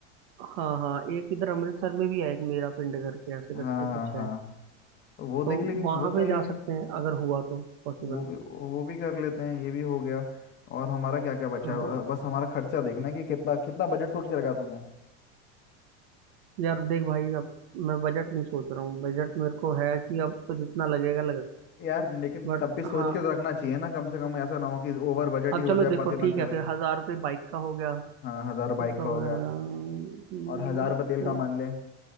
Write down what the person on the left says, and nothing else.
हाँ
हाँ
हाँ
तो वो देख
लेंगे
वो चल
लेंगे
वो भी वो भी कर लेते हैं ये भी हो गया और हमारा क्या क्या बचा
है अ, बस हमारा खर्चा देखना है कि कितना कितना बजट सोच के रखा तूने
यार लेकिन
तब भी सोच
के तो रखना चाहिए ना कम से कम ऐसा ना हो कि ओवर बजट
ही हो
जाए
पते ना
चले
हाँ हजार बाइक
का
हो
गया
और हजार रुपये
तेल का मान ले